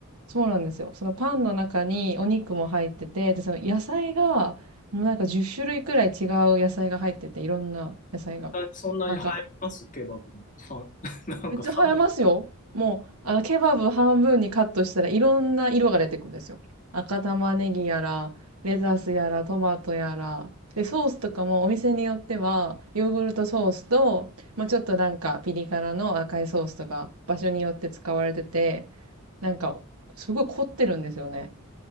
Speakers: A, on the right; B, on the left.
A: そうなんですよ。そのパンの中にお肉も入ってて、で、その野菜が、もうなんか10種類くらい違う野菜が入ってて、いろんな野菜が。
B: なんだそんなに入りますケバブに。
A: なんか。
B: さ、<laughs> なんか寒い。
A: めっちゃ映えますよ。もう、あの、ケバブ半分にカットしたらいろんな色が出てくるんですよ。赤玉ねぎやら、レタスやら、トマトやら。で、ソースとかもお店によっては、ヨーグルトソースと、まあ、ちょっとなんかピリ辛の赤いソースとか、場所によって使われてて、なんか、すごい凝ってるんですよね。